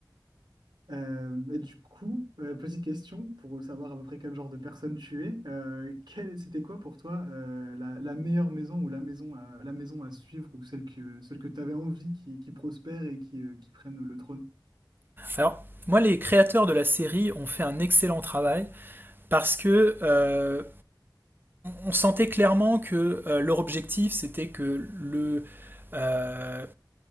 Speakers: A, on the right (about 75°); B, on the right (about 25°).
A: Euh, et du coup, euh, petite question pour savoir à peu près quel genre de personne tu es. Euh, quelle- c'était quoi pour toi euh, la, la meilleure maison ou la maison à, la maison à suivre ou celle que, celle que tu avais envie qui, qui prospère et qui, euh, qui prenne le trône?
B: Alors, moi, les créateurs de la série ont fait un excellent travail parce que euh, on sentait clairement que euh, leur objectif, c'était que le euh,